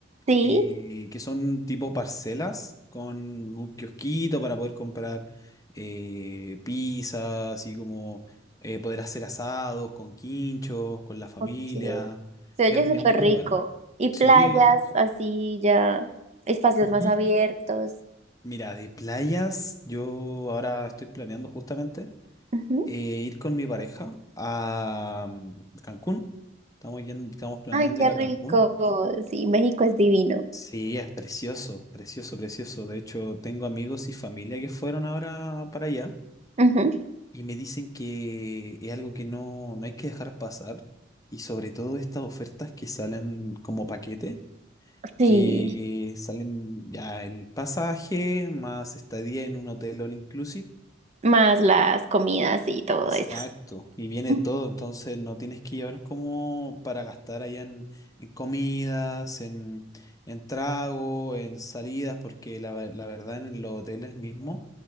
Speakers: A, on the right; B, on the left.
A: Sí,
B: eh, que son tipo parcelas con un kiosquito para poder comprar eh, pizza, así como eh, poder hacer asados con quinchos, con la familia.
A: ok. Se
B: Es,
A: oye súper
B: es muy
A: rico.
B: bueno.
A: Y
B: Sí.
A: playas, así ya, espacios
B: Ujú.
A: más abiertos.
B: Mira, de playas, yo ahora estoy planeando justamente
A: Ujú.
B: eh, ir con mi pareja a mm, Cancún. Estamos yendo- estamos planeando
A: Ay, qué
B: ir
A: rico.
B: a Cancún.
A: Sí, México es divino.
B: Sí, es precioso, precioso, precioso. De hecho, tengo amigos y familia que fueron ahora para allá
A: Ujú.
B: y me dicen que es algo que no, no hay que dejar pasar y sobre todo estas ofertas que salen como paquete,
A: Sí,
B: que salen ya el pasaje más estadía en un hotel all inclusive
A: más las comidas y todo
B: Exacto,
A: eso.
B: y viene
A: Ujú.
B: todo, entonces no tienes que llevar como para gastar allá en, en comidas, en, en trago, en salidas, porque la, ve- la verdad en los hoteles mismos